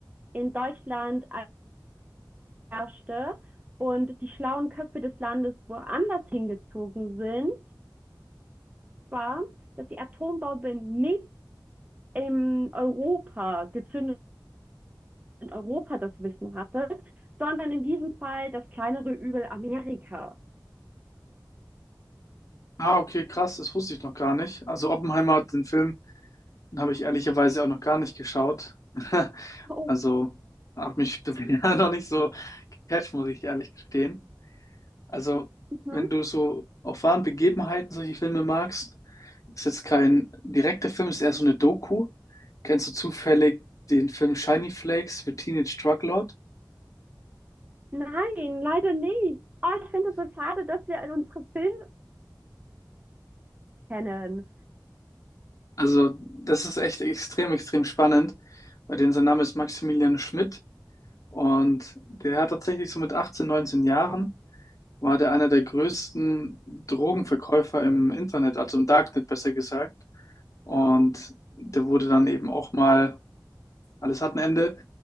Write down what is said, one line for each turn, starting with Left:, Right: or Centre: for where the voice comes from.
Right: in Deutschland herrschte und die schlauen Köpfe des Landes woanders hingezogen sind, war, dass die Atombombe nicht in Europa gezündet, in Europa das Wissen hatte, sondern in diesem Fall das kleinere Übel Amerika.
Left: Ah, okay, krass, das wusste ich noch gar nicht. Also Oppenheimer, den Film, den habe ich ehrlicherweise auch noch gar nicht geschaut. <laughs>
Right: Oh,
Left: Also hat mich bisher <laughs> noch nicht so gecatcht, muss ich ehrlich gestehen. Also,
Right: mhm.
Left: wenn du so auf wahren Begebenheiten solche Filme magst, ist jetzt kein direkter Film, ist eher so eine Doku. Kennst du zufällig den Film Shiny Flakes für Teenage Drug Lord?
Right: Nein, leider nicht. Oh, ich finde es so schade, dass wir unsere Filme kennen.
Left: Also, das ist echt extrem, extrem spannend, bei denen sein Name ist Maximilian Schmidt und der hat tatsächlich so mit 18, 19 Jahren war der einer der größten Drogenverkäufer im Internet, also im Darknet besser gesagt. Und der wurde dann eben auch mal, alles hat ein Ende,